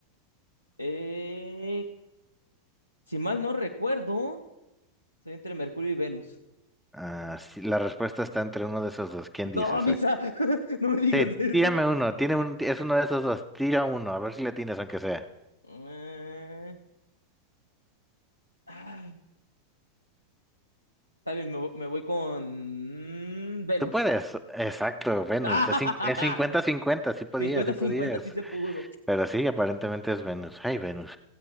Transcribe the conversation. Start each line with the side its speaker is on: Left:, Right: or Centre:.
Left: Eh, si mal no recuerdo, soy entre Mercurio y Venus.
Centre: Ah, sí, la respuesta está entre uno de esos dos. ¿Quién dice?
Left: No,
Centre: exacto?
Left: Misa, <laughs> no me digas
Centre: Sí,
Left: eso.
Centre: tírame uno. Tiene un, es uno de esos dos. Tira uno, a ver si le tienes, aunque sea.
Left: Eh, ah, está bien, me, vo- me voy con mm, Venus.
Centre: Tú puedes, exacto, Venus.
Left: <laughs>
Centre: Es cin- es 50-50, sí podías,
Left: Cincuenta,
Centre: sí
Left: cincuenta,
Centre: podías.
Left: sí se pudo.
Centre: Pero sí, aparentemente es Venus. Ay, Venus.